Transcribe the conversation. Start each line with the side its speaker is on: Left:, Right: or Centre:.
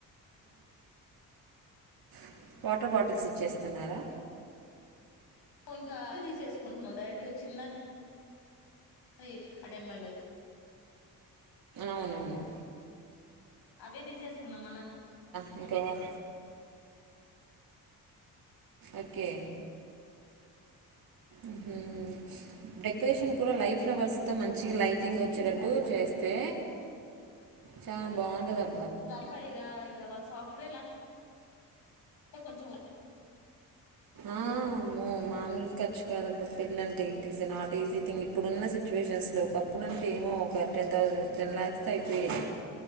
Right: <unintelligible> టర్ బాటిల్స్ ఇచ్చేస్తున్నారా
Left: ఓ ఇంక <unintelligible> తీసేసుకుంటున్నాం డైఎట్టు చిన్నది అది ఆ డెమ్మల్
Right: అవునవును
Left: అవే తీసేసుకున్నాం మన
Right: నీకేమన్న ఓకే ఊహు డెకరేషన్ కూడా లై ఫ్లవర్స్తో మంచిగా లైటింగ్ వచ్చేటట్టు చేస్తే చాలా బాంటదబ్బ్
Left: ఇక అట్ఫైగా ఇక వాళ్ళ సాఫ్ట్వేర్లా అంక కొంచెం
Right: ఆ మో ఫుల్ ఖర్చు కాదబ్బ పెళ్లి అంటే it is a not easy thing ఇప్పుడున్న సిచ్యువేషన్స్లో ఒకప్పుడుంటే ఏమో ఒక టెన్ థౌసండ్ టెన్ ల్యాక్స్తో అయిపోయేది